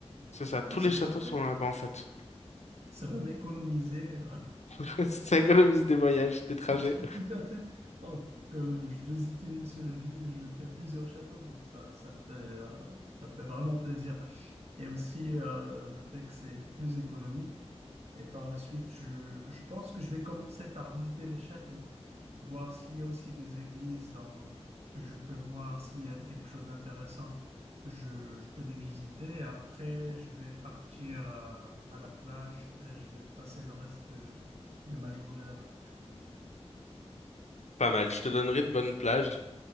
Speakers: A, on the left; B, on the right.
A: c'est ça. Tous
B: Ben, c'est
A: les châteaux
B: parfait.
A: sont là-bas en fait.
B: Ça va m'économiser.
A: <laughs> Ça économise des voyages, des trajets.
B: <laughs> Tout à fait. Donc, euh, je visite une seule ville et je fais plusieurs châteaux, donc ça, ça fait, euh, ça fait vraiment plaisir. Et aussi euh, le fait que c'est plus économique. Et par la suite, je, je pense que je vais commencer par visiter les châteaux, voir s'il y a aussi des églises dans, que je peux voir, s'il y a quelque chose d'intéressant, je, je peux les visiter. Après, je vais partir à, à la plage et je vais passer le reste de, de ma journée là-bas.
A: Pas mal. Je te donnerai de bonnes plages.